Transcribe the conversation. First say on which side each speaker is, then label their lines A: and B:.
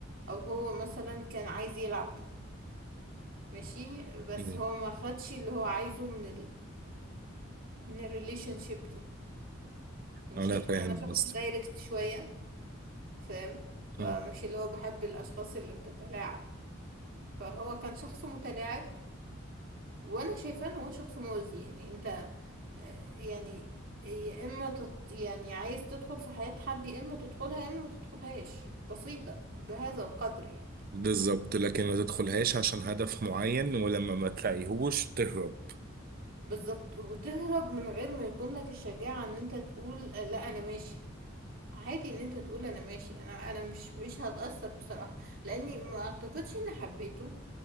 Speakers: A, on the right (about 75°); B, on the right (about 45°).
A: او هو مثلا كان عايز يلعب ماشي بس
B: امم
A: هو ما خدش اللي هو عايزه من من الريليشن شيب دي ماشي
B: انا فاهم
A: انا شخص
B: قصدك
A: دايركت شوية فاهم فمش
B: مم.
A: اللي هو بحب الاشخاص اللي بتتلاعب فهو كان شخص متلاعب وانا شايفاه ان هو شخص مؤذي يعني انت آه، يعني يا اما تت يعني عايز تدخل في حياة حد يا اما تدخلها يا اما ما تدخلهاش بسيطة بهذا القدر يعني
B: بالظبط لكن ما تدخلهاش عشان هدف معين ولما ما تلاقيهوش تهرب
A: بالظبط وتهرب من غير ما يكون لك الشجاعة ان انت تقول آه، لا انا ماشي عادي ان انت تقول انا ماشي انا انا مش مش هتأثر بصراحة لاني ما اعتقدش اني حبيته